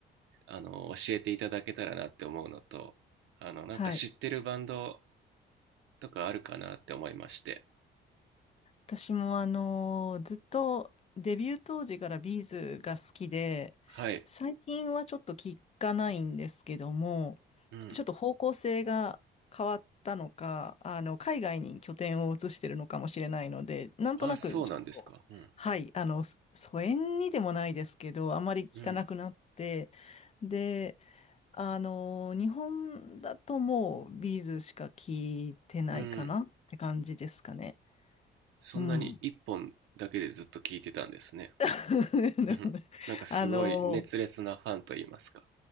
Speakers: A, on the right; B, on the left.
A: あの、教えていただけたらなって思うのと、あの、なんか知ってるバンド
B: はい。
A: とかあるかなって思いまして。
B: 私もあのーずっとデビュー当時からビーズが好きで、
A: はい。
B: 最近はちょっと聞かないんですけども、
A: うん。
B: ちょっと方向性が変わったのか、あの、海外に拠点を移してるのかもしれないので、なんとなくちょっと、
A: あ、そうなんですか。うん。
B: はい、あの、そ疎遠にでもないですけど、あまり聞かなくなって、
A: うん。
B: で、あのー日本だともうビーズしか聞いてないかなって感じですかね。
A: うん。そんなに一本だけでずっと聞いてたんですね。
B: うん。<laughs>
A: うん <laughs> なんかすごい熱烈なファンと言いますか。
B: あの、